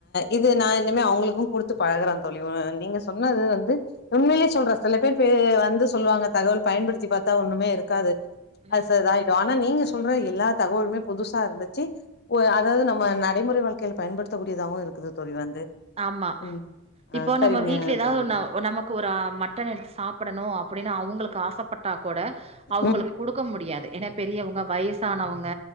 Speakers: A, on the left; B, on the right.
A: இது நா இனிமே அவங்களுக்கு குடுத்து பழகுறே தோழி நீங்க சொன்னது வந்து உம்மேலயே சொல்ற சில பேர் பே வந்து சொல்லுவாங்க தகவல் பயன்படுத்தி பாத்தா ஒண்ணுமே இருக்காது அது
B: ம்
A: ச இதாயிடு ஆனா நீங்க சொல்ற எல்லா தகவலுமே புதுசா இருந்துச்சு ஒ அதாவது நம்ம நடைமுறை வாழ்கையில பயன்படுத்த கூடியதாவு இருக்குது தோழி வந்து
B: ஆமா
A: ம் ஆ
B: இப்போ
A: சரிங்க
B: நம்ம வீட்ல ஏதாவது
A: தோழி
B: ஒன்னு நம்ம க்கு ஒரு மட்டன் எடுத்து சாப்பிடணு அப்டின்னு அவங்களுக்கு ஆசப்பட்டா கூட அவங்களுக்கு
A: ம்
B: குடுக்க முடியாது ஏன்னா பெரியவங்க வயசானவங்க